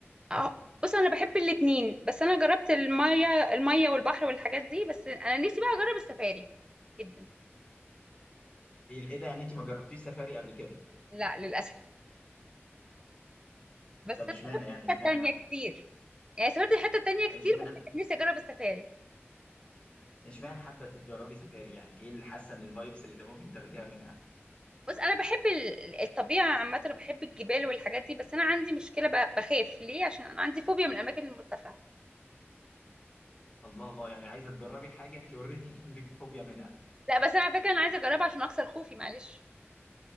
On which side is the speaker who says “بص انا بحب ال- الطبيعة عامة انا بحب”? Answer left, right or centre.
Right